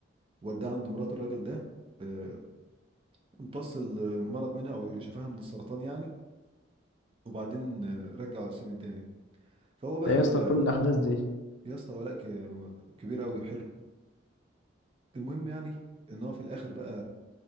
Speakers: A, on the right; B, on the left.
A: واداه عند مرات الراجل ده آه، امتص المرض منها او شفاها من السرطان يعني وبعدين آه، رجعه السجن تاني فهو بقى
B: ده
A: ال...
B: يا اسطى كل الاحداث دي
A: يا اسطى ولاء ك- كبير قوي حلو المهم يعني ان هو في الاخر بقى